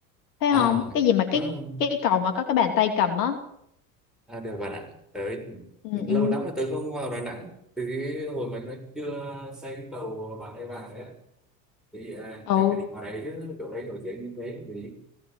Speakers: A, on the left; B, in the centre.
A: phải
B: À,
A: không cái gì mà
B: ừ,
A: cái cái cầu mà có cái bàn tay cầm á
B: à, được bạn ạ. Tới
A: ừ
B: lâu
A: ừ
B: lắm rồi tớ không vào Đà Nẵng. Từ cái hồi mà nó chưa xây cầu bà ấy vào đấy ạ. Thì à,
A: ừ
B: chắc phải đi vào đấy chứ chỗ đấy nổi tiếng như thế vì